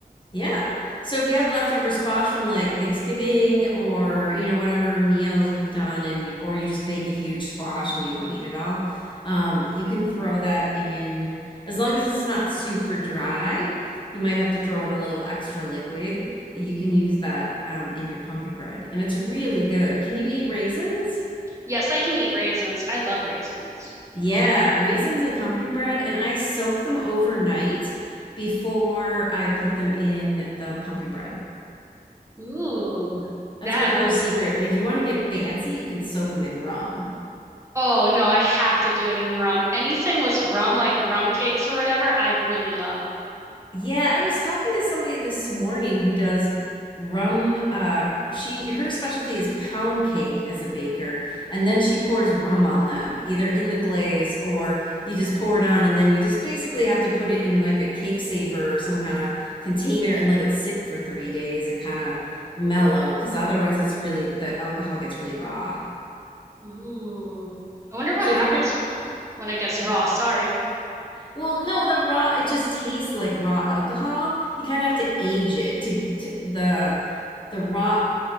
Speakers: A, on the left; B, on the right.
A: Yeah. So if you have leftover squash from like Thanksgiving or, you know, whatever meal you've done and you, or you just bake a huge squash and you don't eat it all, um, you can throw that in as long as it's not super dry. You might have to throw in a little extra liquid. You can use that um, in your pumpkin bread, and it's really good. Can you eat raisins?
B: Yes, I can eat raisins. I love raisins.
A: Yeah, raisins and pumpkin bread, and I soak them overnight before I put them in the pumpkin bread.
B: Ooh,
A: That's
B: that
A: my other
B: like
A: secret. And if you want to get fancy, you can soak them in rum.
B: Oh no, I have to do it in rum. Anything with rum, like rum cakes or whatever, I really love.
A: Yeah, I was talking to somebody this morning who does rum uh she her specialty is pound cake as a baker and then she pours rum on them either in the glaze or you just pour it on and then you just basically have to put it in like a cake saver or some kind of container and let it sit for 3 days and kind of mellow cuz otherwise it's really the alcohol gets really raw.
B: Ooh. I wonder what
A: So
B: happens
A: if you're going
B: when it gets
A: to
B: raw. Sorry.
A: Well, no, the raw it just tastes like raw alcohol. You kind of have to age it to, to the the raw